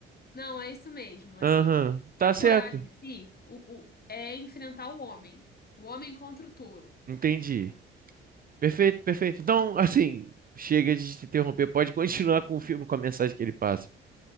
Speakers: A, on the left; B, on the right.
A: Não, é isso mesmo,
B: Aham,
A: assim.
B: Tá
A: A tourada
B: certo.
A: em si, o, o- é enfrentar o homem. O homem contra o touro.
B: Entendi. Perfeito, perfeito. Então, assim, chega de te interromper, pode continuar com o filme, com a mensagem que ele passa.